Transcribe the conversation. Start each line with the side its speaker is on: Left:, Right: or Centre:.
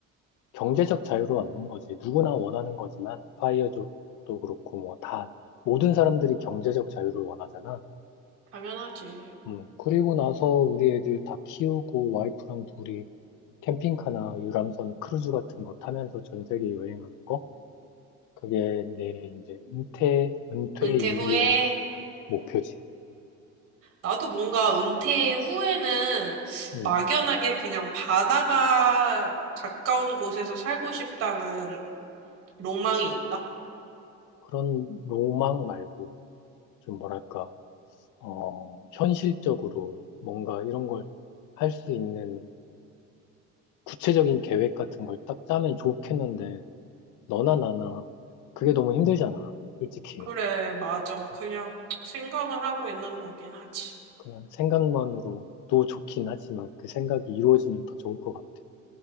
Left: 경제적 자유로 얻는 거지. 누구나 원하는 거지만, 파이어족도 그렇고, 뭐 다, 모든 사람들이 경제적 자유를 원하잖아.
Right: 당연하지.
Left: 음, 그리고 나서 우리 애들 다 키우고, 와이프랑 둘이 캠핑카나 유람선 크루즈 같은 거 타면서 전 세계 여행하는 거? 그게 내 이제 은퇴, 은퇴
Right: 은퇴
Left: 이후의
Right: 후에,
Left: 목표지.
Right: 나도 뭔가 은퇴 후에는
Left: 음.
Right: 막연하게 그냥 바다가 가까운 곳에서 살고 싶다는 로망이 있다.
Left: 그런 로망 말고 좀 뭐랄까, 어, 현실적으로 뭔가 이런 걸 할 수 있는 구체적인 계획 같은 걸 딱 짜면 좋겠는데 너나 나나 그게 너무 힘들잖아, 솔직히.
Right: 그래, 맞아. 그냥
Left: 음,
Right: 생각은 하고 있는 거긴 하지.
Left: 그냥 생각만으로도 좋긴 하지만 그 생각이 이루어지면 더 좋을 것 같아.